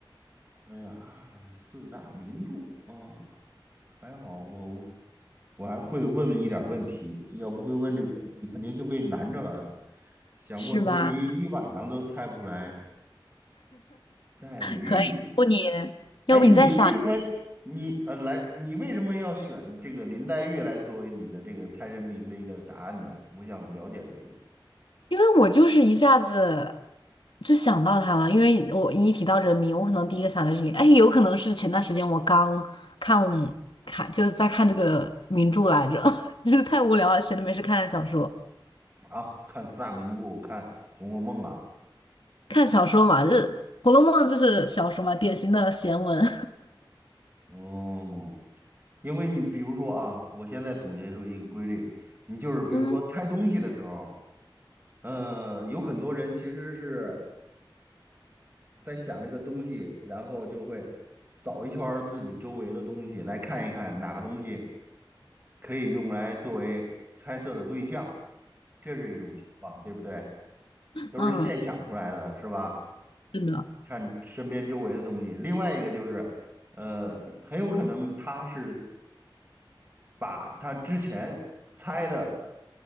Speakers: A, on the right (about 25°); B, on the left (about 70°).
A: 哎呀，四大名著啊，还好我我还会问一点儿问题，要不会问这个问题，肯定就被难着了，想破头皮一晚上都猜不出来。
B: 是吧？
A: 黛玉，
B: 可以，要不你，要不你再想。
A: 哎，你为什么你呃来，你为什么要选这个林黛玉来作为你的这个猜人名的一个答案呢？我想了解了解
B: 因为我就是一下子就想到他了，因为我一提到人名，我可能第一个想到这里。哎，有可能是前段时间我刚看看就是在看这个名著来着，<laughs> 就是太无聊了，闲着没事看看小说，
A: 啊，看四大名著，看《红楼梦》啊，
B: 看小说嘛，这《红楼梦》就是小说嘛，典型的闲文。
A: 哦，因为你比如说啊，我现在总结出一个规律，你就是比如说猜东西的时候，
B: <laughs> 嗯，
A: 嗯、有很多人其实是在想这个东西，然后就会扫一圈儿自己周围的东西，来看一看哪个东西。可以用来作为猜测的对象，这是一种情况，对不对？都是现想出来的，
B: 嗯，
A: 是吧？
B: 是的。
A: 看身边周围的东西。另外一个就是，呃，很有可能他是把他之前猜的